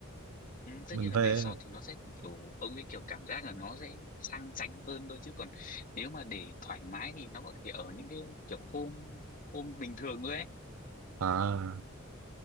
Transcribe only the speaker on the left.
Ừ, tất
nhiên là
resort thì nó sẽ kiểu ông cái kiểu cảm giác là nó sẽ sang chảnh hơn thôi chứ còn nếu mà để thoải mái thì nó có thể ở những cái kiểu hôm hôm bình thường thôi ấy